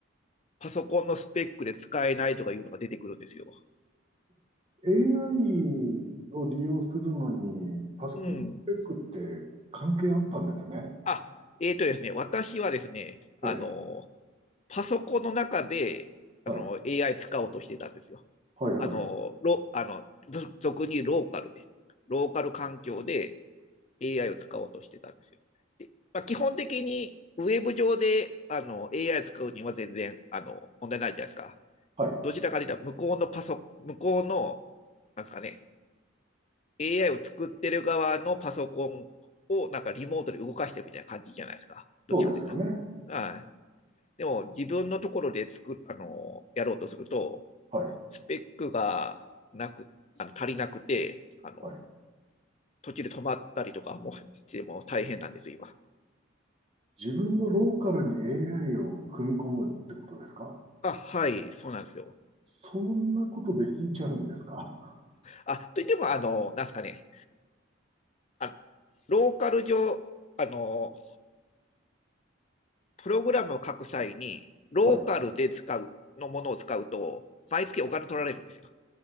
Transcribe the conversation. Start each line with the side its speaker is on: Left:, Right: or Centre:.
Left: パソコンのスペックで使えないとかいうのが出てくるんですよ。
Right: ええ。AI を利用するのに、パソコンのスペックって関係あったんですね。
Left: うん。あ、えーとですね、私はですね、あの、
Right: ええ、
Left: パソコンの中で、
Right: はい、
Left: あの、AI 使おうとしてたんですよ。
Right: はい、はい、
Left: あの、
Right: はい、
Left: ロあの俗にローカルで、ローカル環境で AI を使おうとしてたんですよ。でまあ、基本的にウェブ上であの AI 使うには全然あの問題ないじゃないですか。
Right: はい、
Left: どちらかというと、向こうのパソコン、向こうの、なんですかね、AI を作ってる側のパソコンをなんかリモートで動かしてるみたいな感じじゃないですか。どっちかというと。
Right: そうですよね。
Left: はい。でも自分のところで作あのやろうとすると、
Right: はい、
Left: スペックがなく、あの足りなくて、あの、
Right: はい。
Left: 途中で止まったりとかもしても大変なんですよ、今。
Right: 自分のローカルに AI を組み込むってことですか
Left: あ、はい、そうなんですよ。
Right: そんなことできちゃうんですか
Left: あ、といっても、あの、なんですかね、あローカル上、あの、プログラムを書く際に、ローカルで使う、
Right: はい、
Left: のものを使うと、毎月お金取られるんですよ。